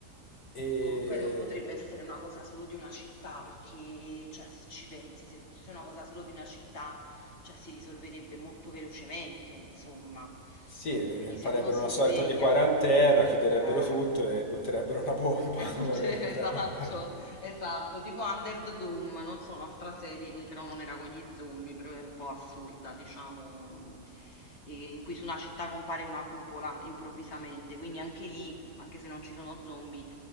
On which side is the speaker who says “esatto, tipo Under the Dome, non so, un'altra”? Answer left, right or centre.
Left